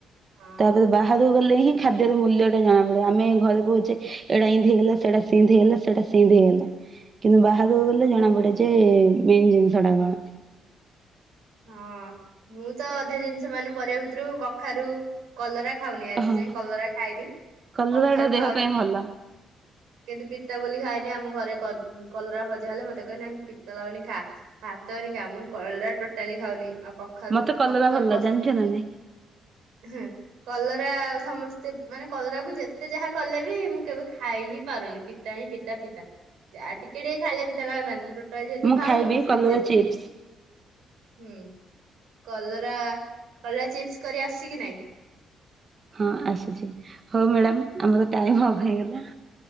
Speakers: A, on the right (about 80°); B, on the right (about 40°).
A: ହଁ
B: ତାପରେ ବାହାରକୁ ଗଲେ ହିଁ ଖାଦ୍ୟର ମୂଲ୍ୟ ଟା ଜଣା ପଡେ। ଆମେ ଘରେ କହୁଚେ ଏଟା ଇଁତି ହେଇଗଲା ସେଟା ସିମତି ହେଇଗଲା ସେଟା ସିମ ତି ହେଇଗଲା। କିନ୍ତୁ ବାହାଘକୁ ଗଲେ ଜଣା ପଡେ ଯେ ମେନ୍ ଜିନିଷ ଟା କଣ।
A: ହଁ ମୁଁ ତ ଅଧା ଜିନିଷ ମାନେ ପରିବା ଭିତରୁ କଖାରୁ କଲରା ଖାଉନି ଆଜି
B: ହଁ
A: ଯାଏଁ। କଲରା ଖାଇନି
B: କଲରା
A: କଖାରୁ
B: ଟା ଦେହ
A: ଖାଉନି।
B: ପାଇଁ ଭଲ।
A: କିନ୍ତୁ ପିତା ବୋଲି ଖାଏନି ଆମ ଘରେ କଲରା ଭଜା ହେଲେ ମତେ କହିବେ ନାଁ ପିତା ଲାଗୁନି ଖା। ଭାତନିକା ମୁଁ କଲରା ଟୋଟାଲି ଖାଉନି। ଆଉ କଖାରୁ
B: ମତେ କଲରା
A: କଖାରୁ
B: ଭଲ
A: କସ
B: ଜାଣିଛ ନା ନାଇଁ
A: ହେଁ କଲରା ଆଉ ସମସ୍ ସ୍ତେ। ମାନେ କଲରାକୁ ଯେତେ ଯାହା କଲେ ବି ମୁଁ କେବେ ଖାଇ ହିଁ ପାରୁନି ପିତା ହିଁ ପି ତା ପିତା ଆଉ ଟିକେ ଟିକେ ଖାଇଲେ ପିତା ଲାଗନ୍ତାନି ମୁଁ ଟୋଟାଲି ଯେହେତୁ
B: ମୁଁ
A: ଖାଉନି।
B: ଖାଇବି
A: ସେ
B: କଲରା
A: ଯେ
B: ଚିପ୍ସ।
A: ହୁଁ କଲରା କଲରା ଚିପ୍ସ କରି ଆସଚି କିି ନାଇଁ?
B: ହଁ ଆସୁଚି ହୋଉ ମ୍ୟାଡ଼ାମ ଆମର ଟାଇମ ଅଫ ହେଇଗଲା।